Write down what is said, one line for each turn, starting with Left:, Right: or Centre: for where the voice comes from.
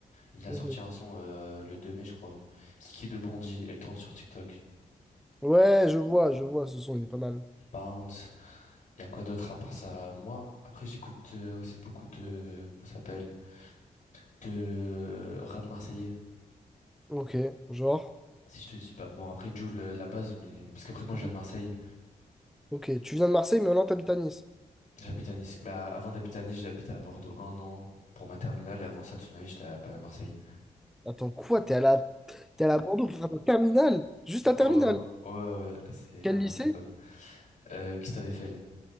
Left: Il a
Centre: Mhm.
Left: sorti un son euh, le 2 mai, je crois. Kiki de Bondy, elle tourne sur TikTok.
Centre: Ouais, je vois, je vois, ce son, il est pas mal.
Left: Bounce. Il y a quoi d'autre à part ça? Moi, après, j'écoute euh, aussi beaucoup de. Comment ça s'appelle? de rap marseillais.
Centre: Ok, genre...
Left: Si je te dis bah bon après Jul euh, la base, mais parce qu'après moi
Centre: Mhm.
Left: je viens de Marseille,
Centre: Ok, tu viens de Marseille, mais maintenant t'habites à Nice.
Left: j'habite à Nice. Bah, avant d'habiter à Nice, j'habitais à Bordeaux un an pour ma terminale et avant ça toute ma vie j'étais à, bah, à Marseille.
Centre: Attends, quoi? T'es à la... t'es à la Bordeaux pour faire un terminal? Juste un
Left: Oh
Centre: terminal?
Left: ouais ouais, ouais, c'est
Centre: Quel
Left: n'importe
Centre: lycée?
Left: quoi. Euh, Gustave Eiffel.